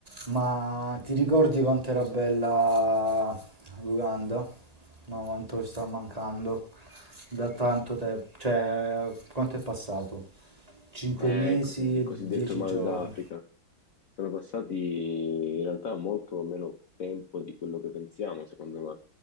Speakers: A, on the right; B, on the left.
A: Ma ti ricordi quanto era bella l'Uganda? Ma quanto ci sta mancando da tanto tempo. Cioè, quanto è passato? 5
B: Eh,
A: mesi
B: il, così- il
A: e
B: cosiddetto
A: 10
B: mal
A: giorni.
B: d'Africa. Sono passati in realtà molto meno tempo di quello che pensiamo, secondo me.